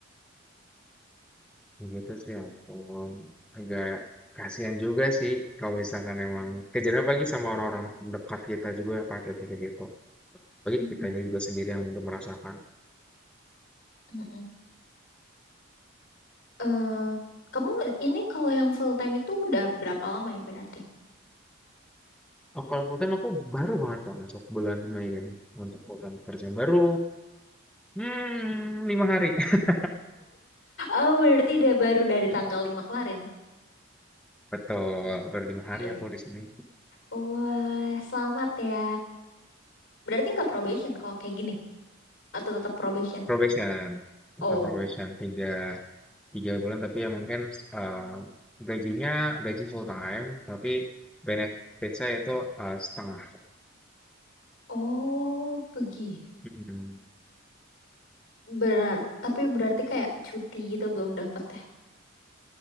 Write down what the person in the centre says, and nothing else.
Begitu sih, ya ampun. Agak kasihan juga sih kalau misalkan emang kejadian pagi sama orang-orang dekat kita juga yang kayak gitu-gitu. Bagi
kitanya juga sendiri yang mungkin merasakan.
Oh, kalau full time aku baru banget loh masuk bulan Mei ini untuk full time kerja. Baru hmm, lima hari. <laughs>
Betul, baru lima
hari aku di sini.
Probation, tetap
probation tiga tiga bulan tapi ya mungkin eh, gajinya gaji full time tapi benefit saya itu eh, setengah.
Mhm.